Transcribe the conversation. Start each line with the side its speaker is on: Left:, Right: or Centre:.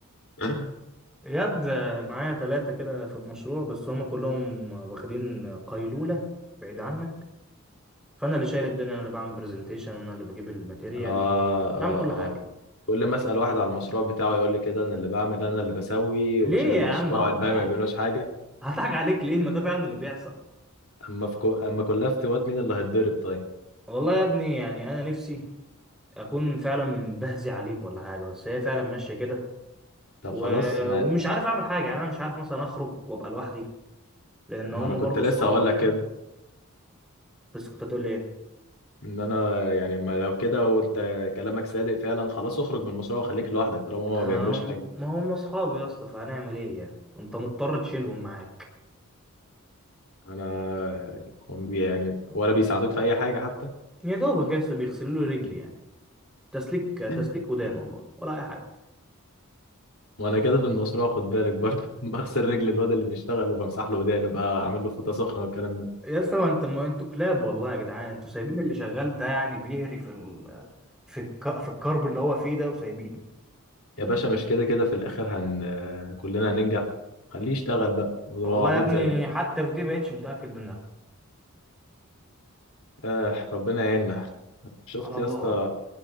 Left: <laughs> اه
Centre: ياد معايا ثلاثه كده في المشروع بس هم كلهم واخدين قيلوله بعيد عنك فانا اللي شايل الدنيا انا اللي بعمل برزنتيشن انا اللي بجيب الماتيريال
Left: اه
Centre: أنا اللي بعمل كل حاجه
Left: اه كل ما اسال واحد عن المشروع بتاعه يقول لي كده ان اللي بعمل انا اللي بسوي
Centre: ليه
Left: وشايل
Centre: يا
Left: المشروع
Centre: عم ه-
Left: الباقي ما بيعملوش حاجه
Centre: هضحك عليك ليه ما ده فعلا اللي بيحصل
Left: اما في كو... اما كلها افتوات مين اللي هيتضرب طيب
Centre: والله يا ابني يعني انا نفسي اكون فعلا بهزي عليك ولا حاجه بس هي فعلا ماشيه كده
Left: طب
Centre: و...
Left: خلاص ما
Centre: ومش عارف اعمل حاجه يعني انا مش عارف مثلا اخرج وابقى لوحدي لان
Left: ما
Centre: هم
Left: انا كنت
Centre: برضه
Left: لسه
Centre: اصحابي
Left: هقول لك
Centre: فاهم
Left: كده
Centre: بس كنت هتقول لي ايه
Left: ان انا يعني ما لو كده وانت كلامك صادق فعلا خلاص اخرج من المشروع وخليك لوحدك طالما هما
Centre: أم...
Left: ما بيعملوش حاجه
Centre: ما هم اصحابي يا اسطى فهنعمل ايه يعني انت مضطر تشيلهم معاك
Left: انا هم بي- يعني ولا بيساعدوك في اي حاجه حتى
Centre: يا دوبك يا اسطى بيغسلوا لي رجلي يعني تسليك تسليك
Left: <laughs>
Centre: ودان والله ولا اي حاجه
Left: وانا كده في المشروع خد بالك برضه <laughs> بغسل رجل الواد اللي بيشتغل وبمسح له ودانه بقى عامل له فوطه سخنه والكلام ده
Centre: يا اسطى ما انت ما انتوا كلاب والله يا جدعان انتوا سايبين اللي شغال ده يعني بيهري في ال... في الك... في الكرب اللي هو فيه ده وسايبينه
Left: يا باشا مش كده كده في الاخر هن كلنا هننجح خليه يشتغل بقى وهو
Centre: والله
Left: عبيط
Centre: يا ابني
Left: زيك
Centre: حتى في دي بقتش متأكد منها
Left: آه ربنا يعيننا شفت
Centre: على
Left: يا
Centre: الله
Left: اسطى